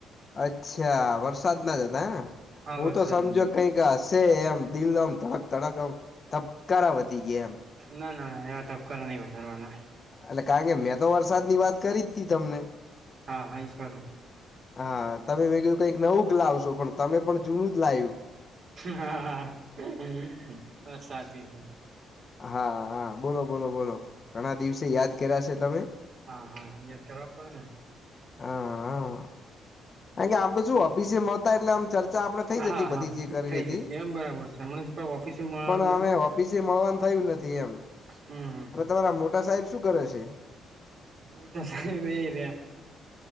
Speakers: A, on the left; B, on the right.
A: અચ્છા વરસાદ ના જ હતા હે ને
B: હા
A: હું
B: વરસાદને
A: તો સમજો કઈક હશે એમ દિલ આમ તડક તડક આમ ધબકારા વધી ગયા એમ
B: ના ના ના એવા તબકારા નહી વધારવાના
A: એટલે કારણ કે મેં તો વરસાદ ની વાત કરી જ તી તમને
B: હા હા ઈ જ ક્રૂર
A: હા તમે મેં કયું કઈક નવુંક લાવશો પણ તમે પણ જૂનું જ લાવ્યું
B: હા હ બ સાચી છે
A: હા હા બોલો બોલો બોલો ઘણા દિવસે યાદ કર્યાશે તમે
B: હા હા યાદ જ કરવા પડે ને
A: હા હા કારણ કે આમ તો શું ઓફિસે મળતા હતા એટલે આમ ચર્ચા ચર્ચા આપણે થઈ જતી
B: હા
A: બધી
B: હા
A: જે કરવી
B: થઈ
A: હતી
B: જતી બરાબર છે મને ઓફિસે મળવાનું
A: પણ અમે
B: નથી
A: ઓફિસે મળવાનું થ નથી એમ
B: હમ
A: અને તમારા મોટા સાહેબ શું કરે છે
B: મોટા સાહેબ એ રહ્યા